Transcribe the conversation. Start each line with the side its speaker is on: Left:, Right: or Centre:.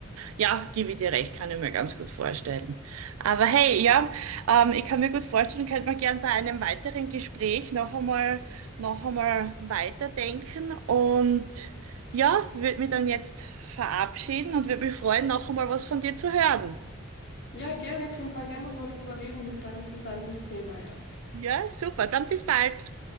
Right: Ja, gebe ich dir recht, kann ich mir ganz gut vorstellen. Aber hey, ja, ähm, ich kann mir gut vorstellen, könnte man gern bei einem weiteren Gespräch noch einmal, noch einmal weiterdenken und ja, würde mich dann jetzt verabschieden und würde mich freuen, noch einmal was von dir zu hören.
Left: Ja, gerne, können wir gerne nochmal drüber reden. Super interessantes Thema, ja.
Right: Ja, super, dann bis bald.